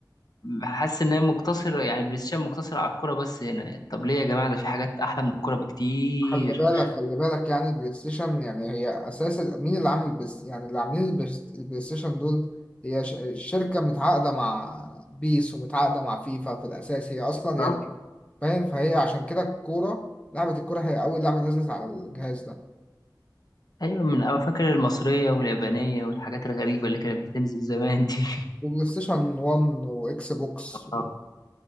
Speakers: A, on the left; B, on the left.
A: حاسس ان هي مقتصرة يعني بلاي ستيشن مقتصرة على الكورة بس هنا يعني. طب ليه يا جماعة ده في حاجات احلى من الكورة بكتير
B: خلي بالك خلي بالك يعني البلاي ستيشن يعني هي اساس ال- مين اللي عامل البس يعني اللي عاملين البس- البلاي ستيشن دول هي ش- شركة متعاقدة مع بيس ومتعاقدة مع فيفا في الاساس هي اصلا
A: بالظبط.
B: يعني فاهم فهي عشان كده الكورة لعبة الكورة هي اول لعبة نزلت على الجهاز ده
A: ايوه من انا فاكر المصرية واليابانية والحاجات الغريبة اللي كانت بتنزل زمان دي <laughs>
B: وبلاي ستيشن 1 واكس بوكس
A: آه.